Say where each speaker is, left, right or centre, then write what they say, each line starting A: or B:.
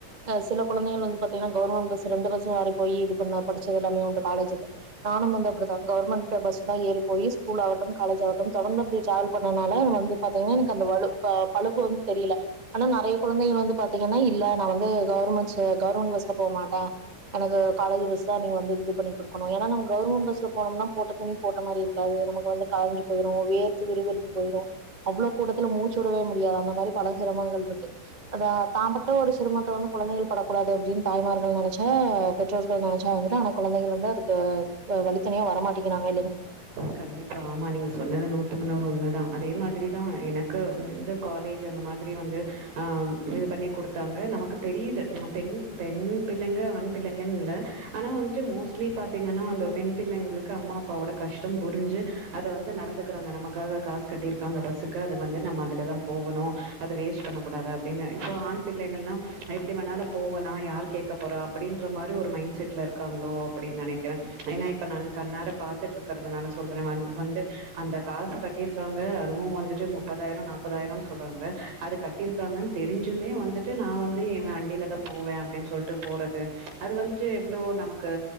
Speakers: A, on the right; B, on the right.
A: அ சில கொழந்தைகள் வந்து பாத்தீங்கன்னா கவேர்மெண்ட் பஸ் ரெண்டு பஸ் மாறி போய் இது பண்ண படிச்சது எல்லாமே உண்டு காலேஜுல நானும் வந்த அப்டிதா கவர்மெண்ட் பஸ் தா ஏறி போய் ஸ்கூல் ஆட்டு காலேஜ் ஆட்டு தொடர்ந்து அப்டியே ட்ராவல் பண்ணனால ந வந்து பாத்தீங்கன்னா எனக்கு அந்த வலு ப பலுப்பு வந்து தெரியல ஆனா நிறைய குழந்தைகள் வந்து பாத்தீங்கன்னா இல்ல நா வந்து கவர்மெண்ட்ஸ் கவர்மெண்ட் பஸ்ல போக மாட்டேன் எனக்கு காலேஜ் பஸ் தா நீங்க வந்து விடு பண்ணி கொடுக்கணும் ஏன்னா நா கவுவர்மெண்ட் பஸ்ல போனம்னா போட்ட துணி போட்ட மாரி இருக்காது நமக்கு வந்து கயஞ்சி போயிரு வேர்த்து விறுவிறுத்து போயிரு அவ்ளோ கூட்டத்துல மூச்சு விடவே முடியாது அந்த மாதிரி பல சிரமங்கள் இருக்கு அத தாம்பட்ட ஒரு சிரமத்த வந்து கொழந்தைகள் பட கூடாது அப்டின்னு தாய்மார்கள் நினைச்சா பெற்றோர்கள் நினைச்சா வந்து ஆனா கொழந்தைகள் வந்து அதுக்கு வ வழி த்தனியா வரமாட்டிங்கிறாக
B: கண்டிப்பா ஆமா நீங்க சொன்னது நூத்துக்கு நூறு உண்மதான் அதே மாதிரி தா எனக்கு ந்து காலேஜ் அந்த மாதிரி வந்து ஆ இது பண்ணி கொடுத்தாங்க நமக்கு தெரியுது ம் பெண் பெண் பிள்ளைங்க ஆண் பிள்ளைங்கன்னு இல்ல ஆனா வந்துட்டு மோஸ்ட்லி பாத்தீங்கன்னா வந்து பெண் பிள்ளைங்களுக்கு அம்மா அப்பாவோட கஷ்டம் புரிஞ்சு அத வந்து நடந்துக்கிறாங்க நமக்காக காசு கட்டிருக்காங்க பஸ்க்கு அது வந்து நம்ம அதுல தா போகணும் அது வேஸ்ட் பண்ண கூடாது அப்படின்னு இப்ப ஆண் பிள்ளைகள்லாம் எப்டி வேண்ணாலும் போகலாம் யார் கேட்க போறா அப்டின்ற மாதிரி ஒரு மைண்ட் செட்ல இருக்காங்களோ அப்டின்னு நினைக்கிறேன் ஏன்னா இப்ப நானு கண்ணார பாத் <unintelligible> இருக்கறதுனால சொல்றேன் வந் வந்து அந்த காசு கட்டிருக்காங்க அதுவும் வந்துட்டு முப்பதாயிரொ நாப்பதாயிரொ சொல்றாங்க அது கட் இருக்காங்கன்னு தெரிஞ்சுமே வந்துட்டு நா வந்து என் வண்டியிலதான் போவேன் அப்படின்னு சொல்லிட்டு போறது அது வந்துட்டு எவ்வளோ நமக்கு